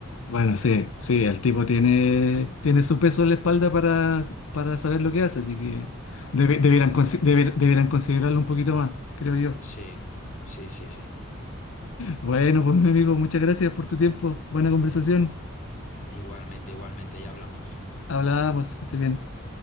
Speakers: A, on the left; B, on the left.
A: Bueno, sí, sí, el tipo tiene, tiene su peso en la espalda para, para saber lo que hace, así que debe-
B: Tal
A: debieran,
B: cual, tal
A: consi-
B: cual.
A: deber- deberán considerarlo un poquito más, creo yo.
B: Sí, sí, sí, sí.
A: Bueno, pues mi amigo, muchas gracias por tu tiempo. Buena conversación.
B: Igualmente, igualmente, ya hablamos.
A: Hablamos, que esté bien.